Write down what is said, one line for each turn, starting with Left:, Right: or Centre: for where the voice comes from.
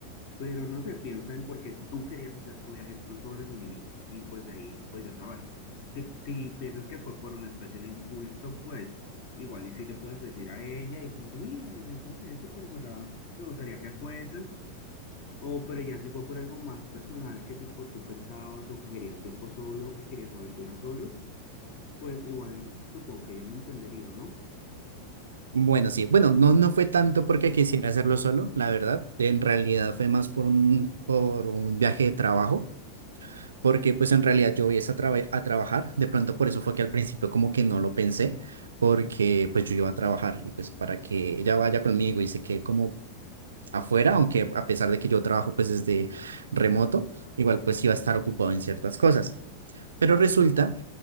Left: Pero no sé, piensa en por qué tú querías hacer tu viaje tú solo en un inicio. Y pues de ahí, pues ya saber. Si, si piensas que fue por una especie de impulso, pues igual y si le puedes decir a ella y como que, mira, yo compré esto, pero en verdad me gustaría que fueses. O pero ya si fue por algo más personal, que tipo tú pensabas o que querías tiempo solo, que querías aventura solo, pues igual supongo que ella lo entendería, ¿o no?
Right: Bueno, sí, bueno, no, no fue tanto porque quisiera hacerlo solo, la verdad. En realidad fue más por un, por un viaje de trabajo, porque pues en realidad yo voy es a, traba- a trabajar. De pronto por eso fue que al principio como que no lo pensé, porque pues yo iba a trabajar y pues para que ella vaya conmigo y se quede como afuera, aunque a pesar de que yo trabajo pues desde remoto, igual pues iba a estar ocupado en ciertas cosas. Pero resulta